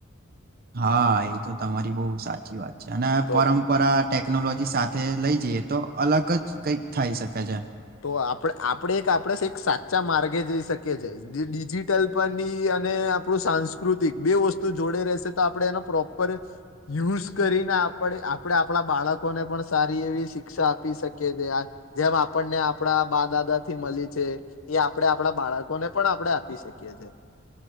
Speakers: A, on the right (about 45°); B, on the left (about 75°).
A: હા એ તો તમારી બહુ સાચી વાત અને
B: તો
A: પરંપરા ટેકનોલોજી સાથે લઈ જઈએ તો અલગ જ કઈક થાય શકે છે
B: તો આપ આપણે એક આપણે એક સાચા માર્ગે જઈ શકીએ જ ડિજિટલ ની અને આપણું સાંસ્કૃતિક બે વસ્તુ જોડે રહેશે તો આપણે એનો પ્રોપર યુઝ કરીને આપણે આપણે આપણા બાળક લોકોને પણ સારી એવી શિક્ષા આપી શકે છે આ જેમ આપ આપણને આપણા બા દાદાથી મળી છે એ આપણે આપણા બાળકોને પણ આપણે આપી શકીએ છે